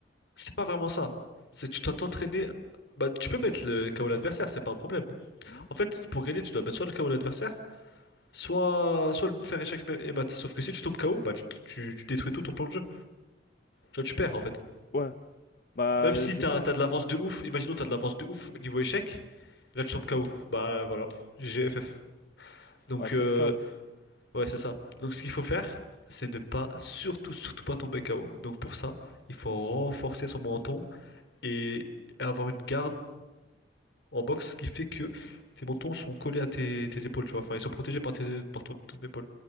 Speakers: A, on the left; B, on the left.
A: c'est pas vraiment ça. C'est que tu dois t'entraîner. Bah, tu peux mettre le KO l'adversaire, c'est pas un problème.
B: Mhm.
A: En fait, pour gagner, tu dois mettre soit le KO l'adversaire, soit, soit le faire échec et mat. Sauf que si tu tombes KO, bah, tu, tu, tu détruis tout ton plan de jeu. Tu vois, tu perds en fait.
B: Ouais, bah
A: Ah, Même si
B: je
A: t'as
B: pense.
A: t'as de l'avance de ouf, imaginons t'as de l'avance de ouf au niveau échec, là tu tombes KO. Bah voilà, GGFF. Donc
B: Ouais, f
A: euh,
B: 15
A: ouais c'est ça. Donc ce qu'il faut faire, c'est ne pas surtout surtout pas tomber KO. Donc pour ça, il faut renforcer son menton et avoir une garde en boxe qui fait que tes mentons sont collés à tes, tes épaules, tu vois. Enfin ils sont protégés par tes par ton, ton épaule.